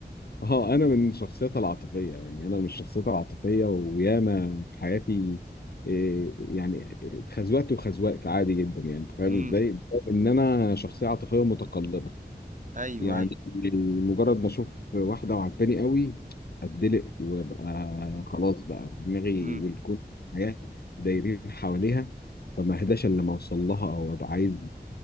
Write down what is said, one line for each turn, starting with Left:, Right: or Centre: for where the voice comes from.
Left: اه انا من الشخصيات العاطفيه يعني انا من الشخصيات العاطفيه وياما في حياتي إيه، يعني اتخزوقت وخزوقت عادي جدا يعني انت فاهم
Right: امم
Left: ازاي؟ بسبب ان انا شخصيه عاطفيه متقلبه
Right: ايوه
Left: يعني
Right: ايوه
Left: مجرد ما اشوف واحده وعجباني قوي اتدلق وابقى خلاص بقى دماغي
Right: امم
Left: والكون الحياه دايرين حواليها فما اهداش الا لما اوصل لها او ابقى عايز